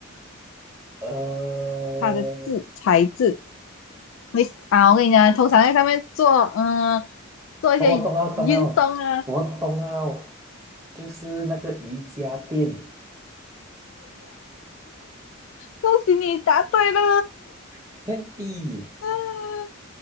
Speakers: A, on the right; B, on the left.
A: 呃，哦
B: 它的质材质会啊，我跟你讲，通常在上面做嗯做一些运动啊，
A: 我懂了，懂了，我懂了，就是那个瑜伽垫
B: 恭喜你答对了。
A: ，yes，happy。
B: <laughs>